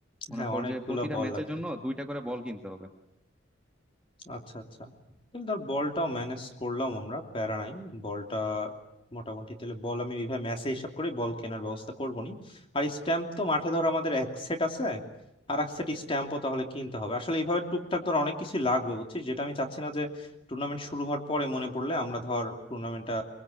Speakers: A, in the centre; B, on the left (about 25°).
A: মনে
B: হ্যাঁ
A: কর
B: অনেকগুলো
A: যে প্রতিটা
B: বল
A: ম্যাচের
B: লাগবে
A: জন্য দুইটা করে বল কিনতে হবে
B: আচ্ছা আচ্ছা তাহলে ধর বলটাও ম্যানেজ করলাম আমরা প্যারা নাই বলটা মোটামুটি তাহলে বল আমি ওইভাবে ম্যাচে হিসাব করে বল কেনার ব্যবস্থা করবো নি আর স্ট্যাম্প তো মাঠে ধর আমাদের এক সেট আছে আর এক সেট স্ট্যাম্পও তাহলে কিনতে হবে আসলে এইভাবে টুকটাক ধর অনেক কিছু লাগবে বুঝছিস যেটা আমি চাচ্ছি না যে টুর্নামেন্ট শুরু হওয়ার পরে মনে পড়লে আমরা ধর টুর্নামেন্টটা